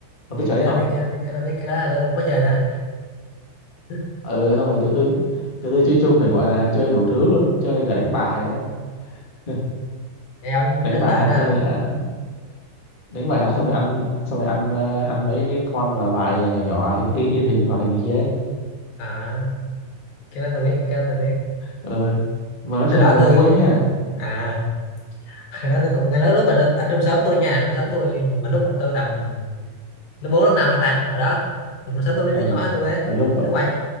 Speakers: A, on the left; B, on the left.
A: ông biết trò đấy
B: cái
A: không
B: đó biết cái đó biết cái đó biết cái đó là tao đâu có chơi nữa Ừ.
A: ừ xong rồi tụi tôi tụi tôi chơi chung phải gọi là chơi đủ thứ luôn chơi cả đánh bài nữa <laughs>
B: thì ông
A: đánh
B: đánh
A: bài
B: bài
A: thật
B: nữa à
A: xong rồi à, đánh bài thật
B: ông
A: xong rồi ăn xong rồi ăn à, ăn mấy con mà bài nhỏ nhỏ hình in, in hình hoạt hình này kia ấy
B: à cái đó tao biết cái đó tao biết
A: ờ mà nói chung
B: hồi đó
A: là
B: tôi
A: vui lắm nha
B: à hồi đó tôi cũng hồi đó lúc mà nó- ở trong xóm tôi nha trong xóm tôi mà lúc mà tôi tầm lớp bốn lớp năm hả ta cỡ đó trong xóm tôi mấy
A: ờ
B: đứa nhỏ hơn tôi á
A: ở lớp
B: nó quay